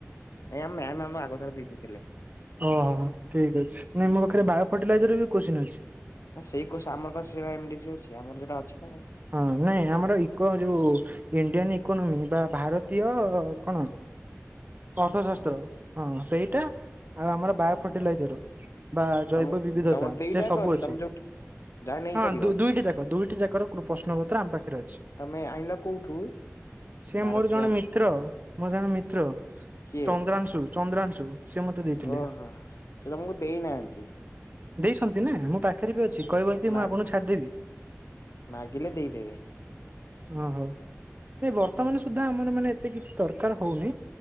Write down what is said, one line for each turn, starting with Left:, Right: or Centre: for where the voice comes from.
Left: ଏ ଆମ ମ୍ୟାମ୍ ଆମ ଆଗ ଥର ଦେଇ ଦେଇଥିଲେ।
Right: ଓହୋ ଠିକ ଅଛି ନାଇଁ ମୋ ପାଖରେ ବାୟୋ ଆଧେରେ ବି କୋଶ୍ଚିନ୍ ଅଛି।
Left: ଆ ସେଇ କୋର୍ସ ଆମର କଣ ସେ ବା ଏମ ଡି ସି ଅଛି, ଆମର ଯୋଉଟା ଅଛି ନା
Right: ହଁ ନାଇଁ ଆମର ଇକୋ ଯୋଉ ଇଣ୍ଡିଆନ ଇକୋନୋମି ବା ଭାରତୀୟ କଣ ଅର୍ଥଶାସ୍ତ୍ର, ହଁ ସେଇଟା ଆଉ ଆମର ବାୟୋ ଫର୍ଟିଲାଇଜର ବା ଜୈବ
Left: ତମ
Right: ବିବିଧତା
Left: ତମର ଦିଟା
Right: ସେ
Left: ଯାକ
Right: ସବୁ ଅଛି।
Left: ତମେ ଯୋଉଠି ଯାହା ନେଇପାରିବ।
Right: ହଁ ଦୁଇ ଦୁଇଟି ଯାକ ଦୁଇଟି ଯାକର କୁ ପ୍ରଶ୍ନ ପତ୍ର ଆମ ପାଖରେ ଅଛି।
Left: ତମେ ଆଇଁଲ କୋଉଠୁ?
Right: ସେ
Left: ଭାରତୀୟ
Right: ମୋର ଜଣେ
Left: ଅର୍ଥ
Right: ମିତ୍ର, ମୋ ଜଣେ ମିତ୍ର
Left: କିଏ
Right: ଚନ୍ଦ୍ରାଂଶୁ, ଚନ୍ଦ୍ରାଂଶୁ ସେ ମତେ ଦେଇଥିଲେ।
Left: ଓହୋ। ସିଏ ତମକୁ ଦେଇନାହାଁନ୍ତି?
Right: ଦେଇଛନ୍ତି ନା ମୋ ପାଖରେ ବି ଅଛି, କହିବ ଯଦି
Left: ମା
Right: ମୁଁ ଆପଣଙ୍କୁ ଛାଡ଼ିଦେବି।
Left: ମାଗିଲେ ଦେଇଦେବେ।
Right: ଓହୋ। ଏଇ ବର୍ତ୍ତମାନ ସୁଦ୍ଧା ଆମର ମାନେ ଏତେ କିଛି ଦରକାର ହଉନି